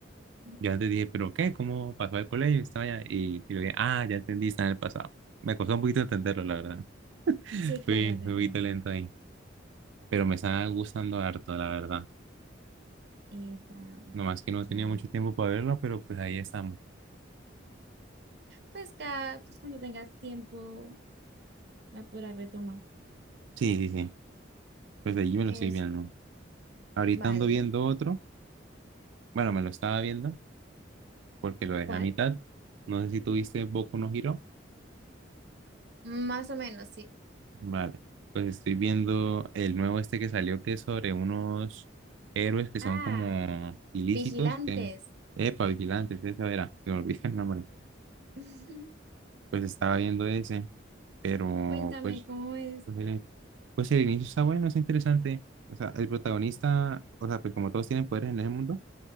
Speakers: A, on the right; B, on the right.
A: ujú.
B: Yo antes dije, ¿pero qué? ¿Cómo pasó al colegio? Estaba allá y, y luego, ah, ya entendí, está en el pasado. Me costó un poquito entenderlo, la verdad.
A: Sí,
B: Fui,
A: claro, te
B: fui
A: entiendo.
B: un poquito lento ahí. Pero me está gustando harto, la verdad.
A: Eh, para
B: Nomás que no
A: que,
B: tenía mucho tiempo para verlo, pero pues ahí estamos.
A: pues, cada, pues cuando tengas tiempo la podrás retomar.
B: Sí, sí, sí. Pues allí me lo
A: Es,
B: estoy viendo. Ahorita
A: vale,
B: ando viendo otro. Bueno, me lo estaba viendo porque lo dejé
A: ¿Cuál?
B: a mitad. No sé si tuviste Boku no Hero.
A: más o menos, sí.
B: Vale. Pues estoy viendo el nuevo este que salió que es sobre unos héroes que son
A: Ah,
B: como ilícitos
A: Vigilantes.
B: que... Epa, vigilantes, esa era. Se me olvidé el nombre.
A: <laughs>
B: Pues estaba viendo ese, pero
A: cuéntame
B: pues,
A: cómo es.
B: pues el, pues el inicio está bueno, es interesante. O sea, el protagonista, o sea, pues como todos tienen poderes en ese mundo